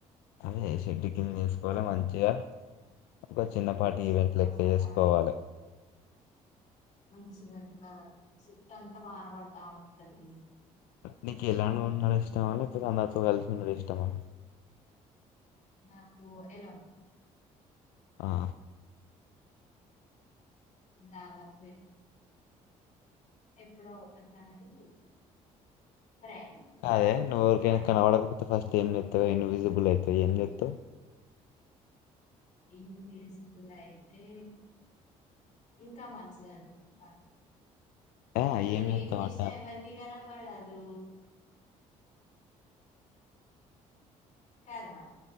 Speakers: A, on the left; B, on the left.
A: అదే షెడ్ కింద ఏసుకోవాల మంచిగా ఒక్క చిన్నపాటి
B: ఉమ్, చుట్టుపక్కల
A: ఈవెంట్ లెక్క చేసుకోవాలె
B: మంచిగాను ఒక సుట్టంతా వాన పడ్తా ఉంటది
A: నీకు ఇలానే ఉండడం ఇష్టమా లేకపోతే అందరితో కలిసి ఉండడం ఇష్టమా?
B: నాకు ఎలొన్
A: ఆ
B: దాగా ఫ ఎప్పుడో ఒకసారి ఫ్రెండ్స్
A: అదే నువ్ ఎవ్వరికైన
B: ఫ్యామిలీ
A: కనపడకపోతే ఫస్ట్ ఏంచేత్తావె ఫస్ట్ ఇన్విజబల్ అయితే ఏం చెేత్తవ్
B: ఇన్ విస్బుల్ అయితే ఇంకా మంచిది అనుకుంట
A: ఆ
B: నేను
A: చేస్తావు
B: ఏం చేసినా
A: అంటారు
B: ఎవ్వరికి కనపడను కదా